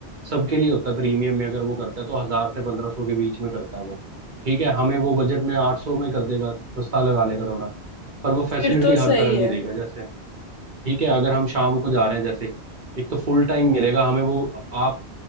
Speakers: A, on the right; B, on the left.
A: सबके लिए होता है प्रीमियम में अगर वो करता है तो हजार से पंद्रह सौ के बीच में करता है वो ठीक है हमें वो बजट में आठ सौ में कर देगा सस्ता लगा लेगा थोड़ा पर वो फैसिलिटी
B: फिर तो
A: हर
B: सही
A: तरह
B: है
A: की देगा जैसे ठीक है अगर हम शाम को जा रहे हैं जैसे एक तो फुल टाइम मिलेगा हमें वो आप